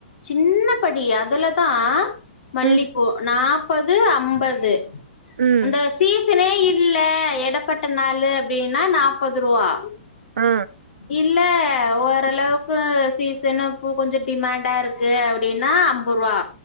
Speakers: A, on the left; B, on the right.
A: சின்னபடி அதுலதா மல்லிப்பூ
B: ம்
A: நாப்பது அம்பது
B: ம்
A: அந்த சீசனே இல்ல எடப்பட்ட நாளு அப்டின்னா நாப்பது ரூவா
B: ஆ
A: இல்ல ஓரளவுக்கு சீசனு பூ கொஞ்ச டிமாண்டா இருக்கு அப்டின்னா அம்பரூவா